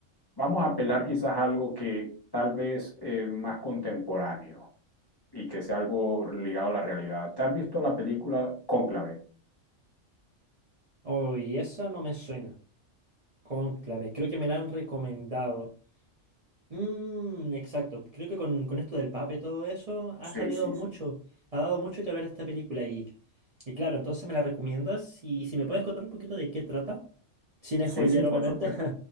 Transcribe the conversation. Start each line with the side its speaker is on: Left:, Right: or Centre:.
Left: Vamos a apelar quizás a algo que tal vez eh, más contemporáneo y que sea algo ligado a la realidad. ¿Te has visto la película Cónclave?
Right: Uy, esa no me suena. Cónclave, creo que me la han recomendado. Mmm, exacto. Creo que con, con esto del Papa y todo eso ha
Left: Sí,
Right: salido
Left: sí,
Right: mucho.
Left: sí.
Right: Ha dado mucho que hablar esta película. Y, y claro, entonces me la recomiendas. Y si me puedes contar un poquito de qué trata. Sin
Left: Sí,
Right: spoilear,
Left: sí, por
Right: obviamente.
Left: supuesto.
Right: <laughs>